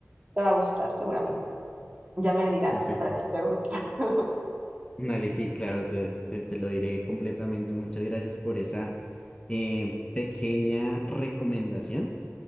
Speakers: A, on the right; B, on the left.
A: te va a gustar seguramente. Ya me dirás,
B: Perfecto.
A: a ver si te gusta. <laughs>
B: Dale, sí, claro, te, te- te lo diré completamente. Muchas gracias por esa eh, pequeña recomendación.